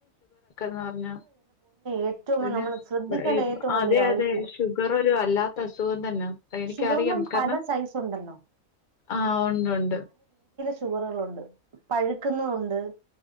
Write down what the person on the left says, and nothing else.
ന്ന് പറഞ്ഞ
<unintelligible>
അതെ
അതെ ഷുഗർ ഒരു വല്ലാ ത്തസുഖം തന്ന പ്പ എനിക്കറിയാം
കാരണം
ആഹ് ഒണ്ടൊണ്ട്